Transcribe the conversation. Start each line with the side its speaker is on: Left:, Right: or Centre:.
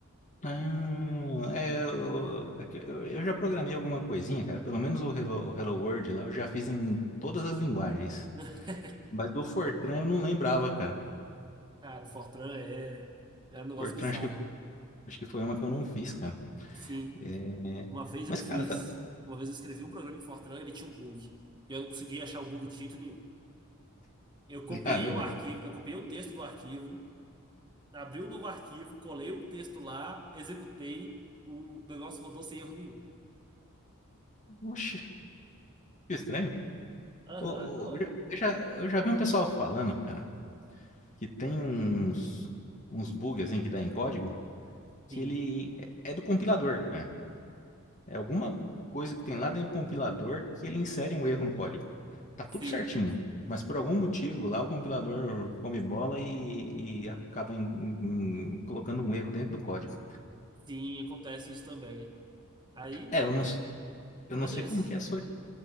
Left: Ah, é, eu, é que eu, eu já programei alguma coisinha, cara. Pelo menos o Hello, o Hello World lá eu já fiz em todas as linguagens.
Right: <laughs>
Left: Mas do Fortran eu não lembrava, cara.
Right: Cara, o Fortran é, é um negócio
Left: Fortran
Right: bizarro.
Left: acho que, acho que foi uma que eu não fiz, cara.
Right: Sim.
Left: É,
Right: Uma vez
Left: Mas,
Right: eu fiz,
Left: cara, sabe-
Right: uma vez eu escrevi um programa em Fortran, ele tinha um bug. E eu não conseguia achar o bug de jeito nenhum. Eu copiei
Left: <laughs> caramba,
Right: o arquivo,
Left: cara.
Right: eu copiei o texto do arquivo, abri um novo arquivo, colei o texto lá, executei, o negócio rodou sem erro nenhum.
Left: Oxi, que estranho.
Right: Aham,
Left: Ô,
Right: não
Left: ô,
Right: é.
Left: Eu, já, eu já eu já vi um pessoal falando, cara, que tem uns, uns bugs assim que dá em código, que
Right: Sim,
Left: ele é é do compilador, cara. É alguma coisa que tem lá dentro do compilador que ele insere um erro no código. Tá tudo
Right: sim,
Left: certinho. Mas por algum motivo lá o compilador come bola e, e acaba em- em- em colocando um erro dentro do código.
Right: sim, acontece isso também. Aí,
Left: É,
Right: pô,
Left: eu não,
Right: é-
Left: s- eu não
Right: mas
Left: sei
Right: esse.
Left: como que é a sua